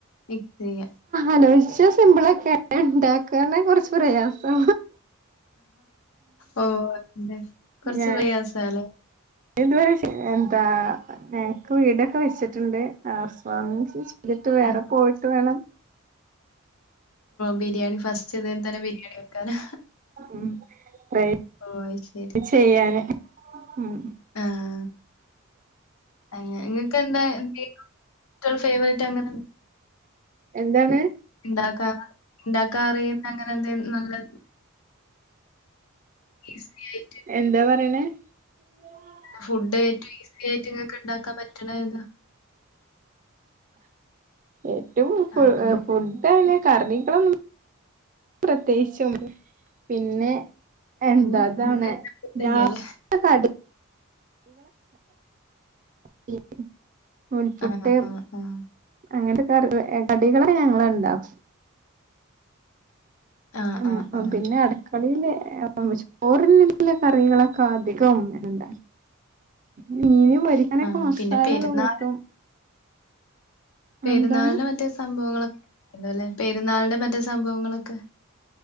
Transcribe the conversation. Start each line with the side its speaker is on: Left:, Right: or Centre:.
Left: മിക്സയ്യ
Right: ആലോചിച്ച സിമ്പിളൊക്കെ ഉണ്ടാക്കാൻകൊറച്ച് പ്രയാസാ.
Left: ഓ അതെല്ലേ കൊറച്ച്
Right: ഞാൻ
Left: പ്രയാസല്ലേ?
Right: ഇതുവരെ എന്താ ഞങ്ങക്ക് വീടൊക്കെ വെച്ചിട്ടുണ്ട് ഹൗസ് വാ മിങ്ങ് എന്നിട്ട് വേറെ
Left: ആഹ്
Right: പോയിട്ട് വേണം.
Left: ബിരിയാണി ഫസ്റ്റ് ഇതേ തന്നെ ബിരിയാണി വെക്കാന്.
Right: ഉം ട്രൈ
Left: ഓ അഹ് ശരി
Right: ചെയ്യാന് ഉം
Left: ആഹ് അങ്ങനെ നിങ്ങക്ക് എന്താ എന്തേലും ഫേവറേറ്റ് അങ്ങനെ
Right: എന്താണ്?
Left: ഇണ്ടാക്കാ ഇണ്ടാക്കാ അറിയുന്ന അങ്ങനെ എതേലു നല്ലത് ഈസി ആയിട്ട്
Right: എന്താ പറിണേ? <inaudible>
Left: ഫുഡ് ഏറ്റും ഈസി ആയിട്ട് ഇങ്ങക്ക് ഇണ്ടാക്കാൻ പറ്റ്ണ ഏതാ?
Right: ഏറ്റവും ഫു
Left: ആഹ്
Right: ഫുഡ് അണെ കറികളെന്നും പ്രത്യേകിച്ചുന്നുല്ല പിന്നെ എന്താ
Left: അങ്ങനെ
Right: ഇതാണ്
Left: ഇങ്ങനത്തെ ഫുഡ്
Right: <unintelligible>
Left: തന്നെയാല്ലേ
Right: <unintelligible> നൂൽപുട്ട്
Left: ആഹ് ആഹ് ആഹ്
Right: അങ്ങനത്തെ കറി കടികളെ ഞങ്ങൾഉണ്ടാക്കും.
Left: ആഹ്
Right: ഉം
Left: ആഹ് ആഹ്
Right: പിന്നെ അടക്ക കളിയിലെ ചോറിനുള്ള കറികളൊക്കെ അധികം ഉമ്മയാണ് ഉണ്ടാക്ക മീൻ പൊരിക്കാനൊക്കെ
Left: ആഹ്
Right: മസാല
Left: പിന്നെ പെരുന്നാൾ
Right: ഒക്കെ കൂട്ടും
Left: പെരുന്നാളിന്
Right: എന്താണ്
Left: മറ്റേ സംഭവങ്ങളൊ <unintelligible> അല്ലെ പെരുന്നാളിന്‌ മറ്റേ സംഭവങ്ങളൊക്കെ